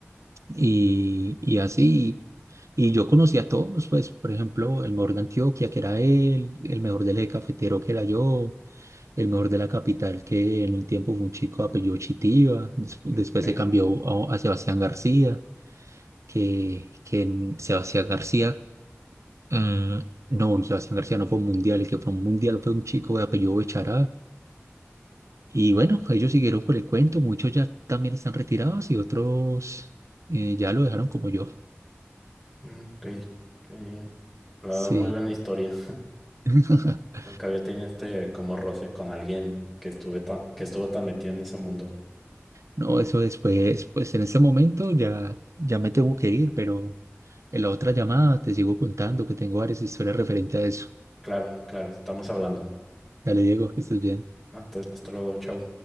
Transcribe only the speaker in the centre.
ok,
ok. ok. Eh, la
verdad, muy buena historia.
Nunca había tenido este como roce con alguien que estuve ta- que estuvo tan metido en ese mundo.
Claro, claro, estamos hablando.
Hasta, hasta luego, chau.